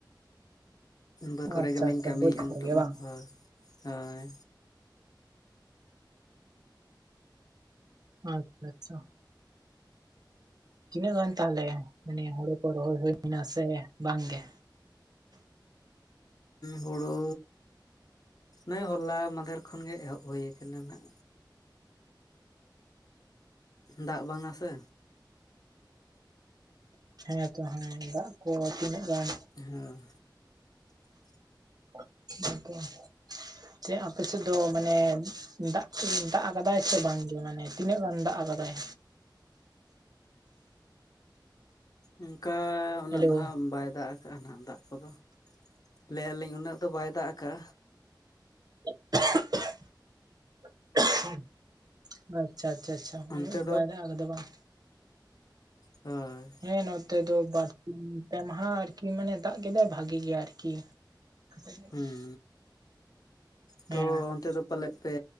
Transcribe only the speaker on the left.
ᱵᱟᱹᱫᱽ ᱠᱚᱨᱮ
ᱜᱮᱞᱤᱧ
ᱠᱟᱹᱢᱤᱭᱮᱫᱼᱟ
ᱱᱤᱛᱳᱜ
ᱢᱟ,
ᱦᱳᱭ ᱦᱳᱭ
ᱦᱩᱲᱩ ᱱᱚᱜᱼᱚᱭ ᱦᱚᱞᱟ ᱢᱟᱫᱷᱮᱨ ᱠᱷᱚᱱ ᱜᱮ ᱮᱦᱚᱵ ᱦᱩᱭ ᱟᱠᱟᱱᱟ ᱱᱟᱜ᱾ ᱫᱟᱜ ᱵᱟᱝᱟ ᱥᱮ
ᱦᱮᱸ <inaudible>
ᱚᱱᱠᱟ ᱩᱱᱟᱹᱜ
ᱫᱚ ᱦᱟᱸᱜ ᱵᱟᱭ ᱫᱟᱜ ᱱᱟᱦᱟᱜ ᱫᱟᱜ ᱠᱚᱫᱚ, ᱞᱟᱹᱭ ᱟᱞᱤᱧ ᱩᱱᱟᱹᱜ ᱫᱚ ᱵᱟᱭ ᱫᱟᱜ ᱟᱠᱟᱜᱼᱟ᱾
ᱚᱱᱛᱮ
ᱦᱮᱸ
ᱦᱮᱸ ᱛᱚ
ᱚᱱᱛᱮ ᱫᱚ ᱯᱟᱞᱮᱫ ᱯᱮ